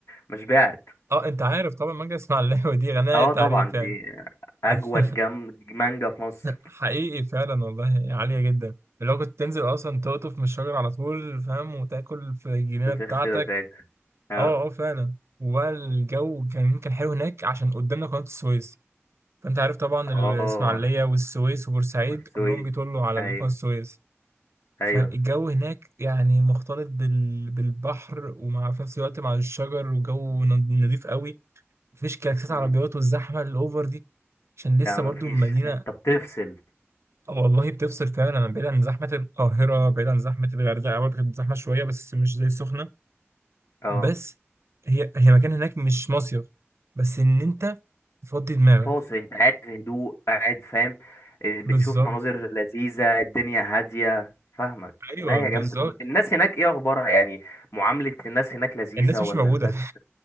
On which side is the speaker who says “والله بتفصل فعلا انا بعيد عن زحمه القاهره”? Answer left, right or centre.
Right